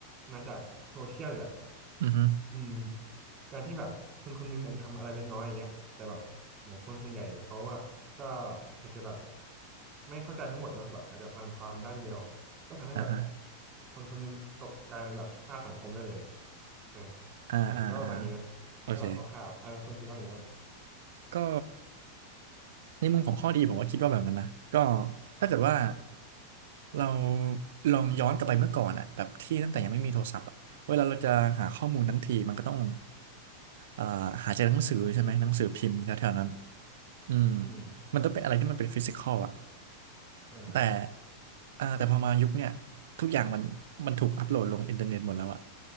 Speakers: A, on the right; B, on the right.
A: มาจากโซเชียลนี่แหละ
B: อือฮึ
A: อืมการที่แบบคนคนหนึงอาจจะทำอะไรเล็กน้อยอย่างเงี้ยแต่แบบโหคนส่วนใหญ่เขาอะก็อาจจะแบบไม่เข้าใจทั้งหมดเนอะแบบอาจจะฟังความด้านเดียวก็ทำให้แบบ
B: อ่าฮะ
A: คนคนหนึงตกกลายเป็นแบบค่าสังคมได้เลยอ่า
B: อ่าอ่าอ่า
A: ผมคิดว่าประมาณนี้นะ
B: โอเค
A: ถ้าแบบคร่าวๆอ่าแล้วคนคิดว่าไงบ้าง
B: ก็ในมุมของข้อดีผมก็คิดว่าแบบนั้นนะก็ถ้าเกิดว่าเราลองย้อนกลับไปเมื่อก่อนอะแบบที่ตั้งแต่ยังไม่มีโทรศัพท์อะเวลาเราจะหาข้อมูลทั้งทีมันก็ต้องอ่าหาจากหนังสือใช่ไหมหนังสือพิมพ์แถวๆนั้นอืม
A: อืม
B: มันต้องเป็นอะไรที่มันเป็นฟิสิกอลอะ
A: อ่าครับ
B: แต่อ่าแต่พอมายุคเนี่ยทุกอย่างมันมันถูกอัปโหลดลงอินเทอร์เน็ตหมดแล้วอะ